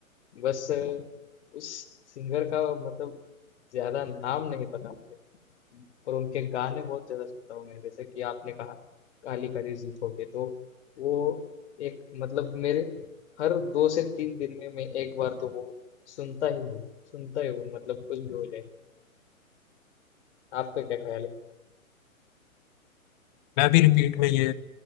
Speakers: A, on the left (about 50°); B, on the left (about 30°).
A: बस उस सिंगर का मतलब ज्यादा नाम नहीं पता मुझे और उनके गाने बहुत ज़्यादा सुनता हूँ मैं जैसे कि आपने कहा काली काली जुल्फों के तो वो एक मतलब मेरे हर दो से तीन दिन में मैं एक बार तो वो सुनता ही हूँ सुनता ही हूँ मतलब कुछ भी हो जाए आपका क्या ख्याल है
B: मैं भी रिपीट में ये